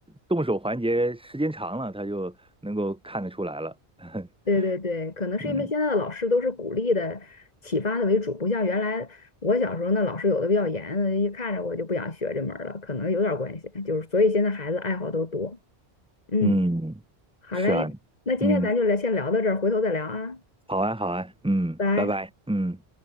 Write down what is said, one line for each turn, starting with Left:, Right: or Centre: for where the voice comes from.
Centre: 动手环节时间长了，他就能够看得出来了。<laughs>
Left: 对对对，可能是因为现在的老师都是鼓励的、
Centre: 嗯
Left: 启发的为主，不像原来我小时候那老师有的比较严，一看着我就不想学这门儿了，可能有点儿关系，就是所以现在孩子爱好都多，嗯。
Centre: 嗯，
Left: 好嘞，
Centre: 是啊，
Left: 那今天咱就聊，
Centre: 嗯，
Left: 先聊到这儿，回头再聊啊，
Centre: 好啊好啊，嗯，
Left: 拜拜。
Centre: 拜拜，嗯。